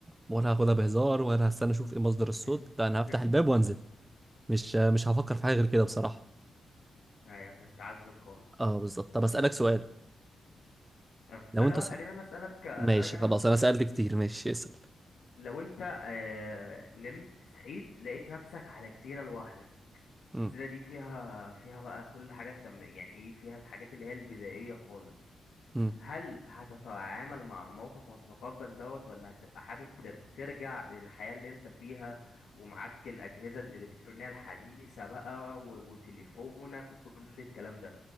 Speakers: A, on the right; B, on the left.
A: ولا هاخدها بهزار ولا هستنى اشوف ايه مصدر الصوت
B: <laughs>
A: لا انا هفتح الباب وانزل مش مش هفكر في حاجه غير كده بصراحه
B: ايوه هتعزل خالص
A: اه بالظبط طب اسالك سؤال
B: طب استنى
A: لو انت
B: بقى
A: صح...
B: خلينا انا اسالك اسالك
A: ماشي
B: انا
A: خلاص
B: بقى سؤال
A: انا سالت كتير <laughs> ماشي اسال
B: لو انت آه، نمت صحيت لقيت نفسك على جزيرة لوحدك الجزيرة
A: امم
B: دي فيها فيها بقى كل حاجة انت م- يعني ايه فيها الحاجات اللي هي البدائية خالص
A: امم
B: هل هتتعامل مع الموقف وهتتقبل دوت ولا هتبقى حابب تر- ترجع للحياة اللي انت فيها ومعاك الأجهزة الإلكترونية الحديثة بقى و- وتليفونك وكل الكلام ده